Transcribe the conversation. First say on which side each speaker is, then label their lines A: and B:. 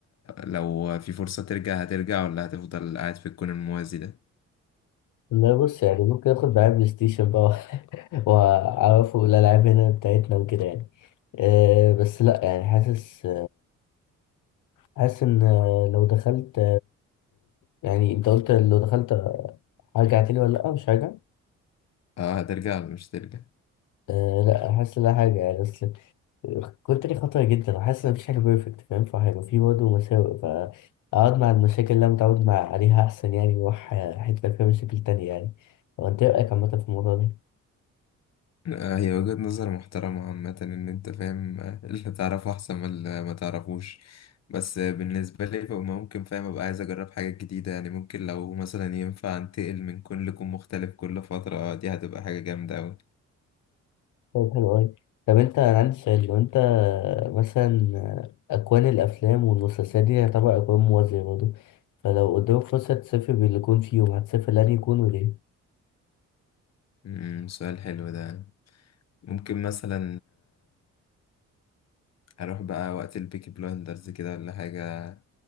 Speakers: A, on the left; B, on the left.
A: ه... لو في فرصة ترجع هترجع ولا هتفضل قاعد في الكون الموازي ده
B: لا بص يعني ممكن آخد معايا بلاي ستيشن بقى <laughs> وأعرفه الألعاب هنا بتاعتنا وكده يعني أه بس لأ يعني حاسس حاسس ان لو دخلت يعني انت قلت لو دخلت هرجع تاني ولا لا مش هرجع
A: اه هترجع ولا مش ترجع
B: أه لا حاسس لا حاجة يعني بس كنت لي خطرة جدا وحاسس ان مفيش حاجة بيرفكت فاهم فهيبقى في برضه مساوئ فأقعد مع المشاكل اللي أنا متعود مع عليها أحسن يعني وأروح حتة فيها مشاكل تانية يعني هو أنت إيه رأيك عامة في الموضوع ده؟
A: آه هي وجهة نظر محترمة عامة ان انت فاهم آه، اللي تعرفه احسن من اللي ما تعرفوش بس آه، بالنسبة لي فما ممكن فاهم ابقى عايز اجرب حاجات جديدة يعني ممكن لو مثلا ينفع انتقل من كون لكون مختلف كل فترة آه، دي هتبقى حاجة جامدة اوي
B: طيب حلو أوي طب أنت أنا عندي سؤال لو أنت مثلا أكوان الأفلام والمسلسلات دي تعتبر أكوان موازية برضه فلو قدامك فرصة تسافر باللي يكون فيهم هتسافر لأني يكون وليه
A: امم سؤال حلو ده ممكن مثلا هروح بقى وقت البيكي بلايندرز كده ولا حاجة